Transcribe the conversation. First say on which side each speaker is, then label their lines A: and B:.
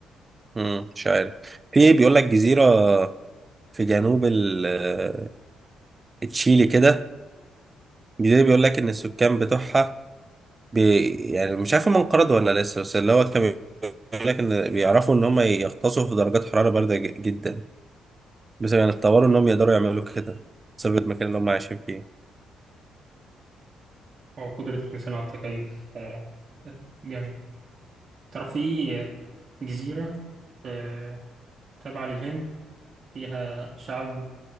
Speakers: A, on the right (about 25°); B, on the right (about 40°).
A: مم. مش عارف في بيقول لك جزيرة في جنوب ال- آه، تشيلي كده الجزيرة بيقول لك إن السكان بتوعها بي يعني مش عارف هم انقرضوا ولا لسه بس اللي هو كان بيقول لك إن بيعرفوا إن هم يغطسوا في درجات حرارة باردة ج- جدا بس يعني اتطوروا إن هم يقدروا يعملوا كده بسبب المكان اللي هم عايشين فيه
B: وقدرة الإنسان على التكيف آه، جامد ترى في جزيرة آه، تابعة للهند فيها شعب